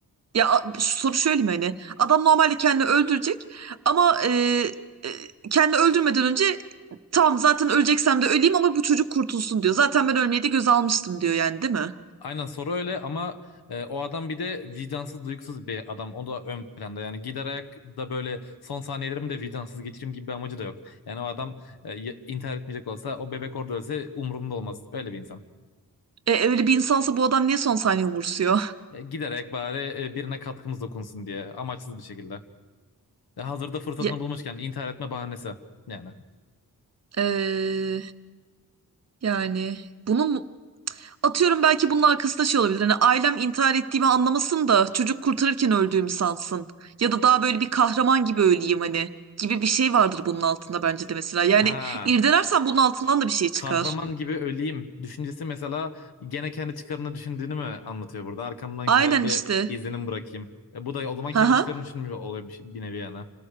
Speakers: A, on the right (about 45°); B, on the left (about 80°).
A: Ya a- soru şöyle mi hani adam normalde kendini öldürecek ama e, e, kendini öldürmeden önce tamam zaten öleceksem de öleyim ama bu çocuk kurtulsun diyor. Zaten ben ölmeyi de göze almıştım diyor yani değil mi?
B: Aynen soru öyle ama e, o adam bir de vicdansız duygusuz bir adam. O da ön planda yani giderek ayak da böyle son saniyelerimi de vicdansız geçireyim gibi bir amacı da yok. Yani o adam e, y- intihar etmeyecek olsa o bebek orada ölse umurumda olmaz. Öyle bir insan.
A: E, öyle bir insansa bu adam niye son saniye umursuyor? <laughs>
B: E, gider bari e, birine katkımız dokunsun diye amaçsız bir şekilde. E, hazırda fırsatını
A: Ya,
B: bulmuşken intihar etme bahanesi yani.
A: e, yani bunun mu- Atıyorum belki bunun arkasında şey olabilir. Hani ailem intihar ettiğimi anlamasın da çocuk kurtarırken öldüğümü sansın. Ya da daha böyle bir kahraman gibi öleyim hani gibi bir şey vardır bunun altında bence de mesela. Yani
B: Ha,
A: irdelersen bunun altından da bir şey çıkar.
B: kahraman gibi öleyim düşüncesi mesela gene kendi çıkarını düşündüğünü mü anlatıyor burada? Arkamdan
A: Aynen
B: güzel bir
A: işte.
B: izlenim bırakayım. E, bu da o zaman
A: Hı
B: kendi
A: hı.
B: çıkarını düşünmüş oluyor bir, bir nevi yani.